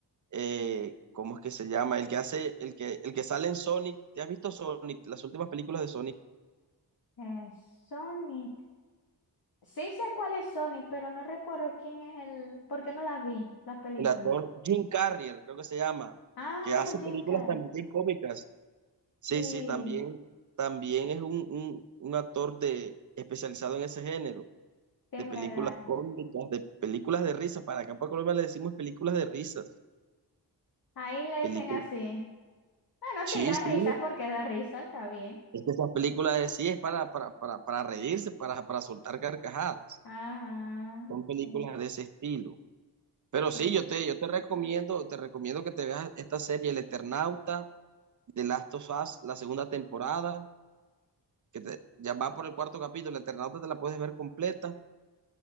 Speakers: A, on the right; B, on the left.
A: eh, ¿cómo es que se llama? El que hace el que el que sale en Sonic. ¿Te has visto Sonic? Las últimas películas de Sonic.
B: eh, Sonic. Sí sé cuál es Sonic, pero no recuerdo quién es el... ¿Por qué no la vi, la película?
A: El actor Jim Carrey, creo que se llama,
B: Ah,
A: que hace
B: Jim
A: películas
B: Carrey.
A: también cómicas. Sí,
B: Sí,
A: sí, también también es un, un, un actor de especializado en ese género.
B: sí,
A: de
B: es verdad.
A: películas cómicas, de películas de risas. Para acá para Colombia le decimos películas de risas.
B: Ahí le
A: Películas.
B: dicen así. Bueno,
A: Sí,
B: sí, da
A: sí.
B: risa porque da risa, está bien.
A: Es que esas películas de sí es para, para, para, para reírse, para, para soltar carcajadas.
B: Ajá.
A: Son películas
B: sí.
A: de ese estilo. Pero
B: Sí.
A: sí, yo te, yo te recomiendo, te recomiendo que te veas esta serie, El Eternauta, de Last of Us, la segunda temporada, que te, ya va por el cuarto capítulo, El Eternauta te la puedes ver completa,